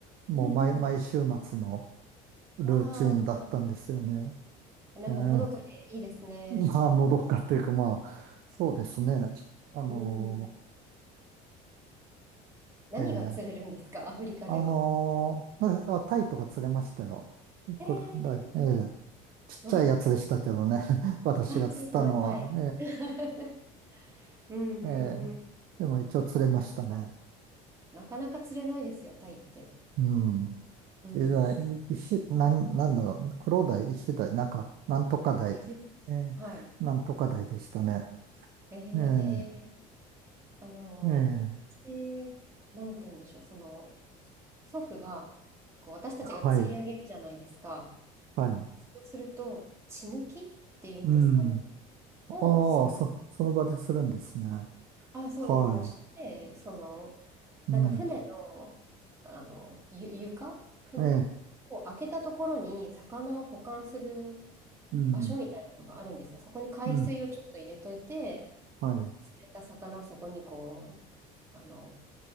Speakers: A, on the right; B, on the right.
A: もう毎、
B: うん。
A: 毎週末のルーチンだったんですよね。
B: ああ、なんかのどかでいいですね。
A: ええまあ、のどかというか、まあ、そうですね。あの
B: うん。何が釣れるんですか、
A: ー、ええ
B: アフリカでは。
A: あのーなあ、タイとか釣れましたよ。
B: ええ、
A: これ、だいええちっちゃいやつでしたけどね。
B: うわ、
A: <laughs> 私が釣ったのは、
B: あ、小さなタイ。<laughs> うんうんうん。
A: ええええでも一応釣れましたね。
B: <laughs> なんかなかなか釣れないですよ、タイって。
A: うん。
B: うん。
A: ええ石、なん、なんだろう。黒鯛、石鯛、なんか、なんとか鯛。
B: え
A: ええ
B: はい。
A: なんとか鯛でしたね。
B: ええ、
A: ええ
B: あの、
A: ええ
B: 私、なんて言うんでしょう、その、祖父がこう私たちが釣り上げるじゃないですか。
A: はい、はい。
B: そうすると血抜きっていうんですかね。
A: うん。
B: をすぐ、
A: ああ、そ、その場でするんですね。
B: あ、そうです。
A: は
B: もうして、その、
A: い。
B: なんか船の、
A: うん。
B: あの、ゆ床ふ
A: ええ。
B: を開けたところに魚を保管する
A: うん。
B: 場所みたいなのがあるんですよ。そこに海水をちょっと入れといて、
A: うん。はい。
B: 釣れた魚をそこにこう、あの、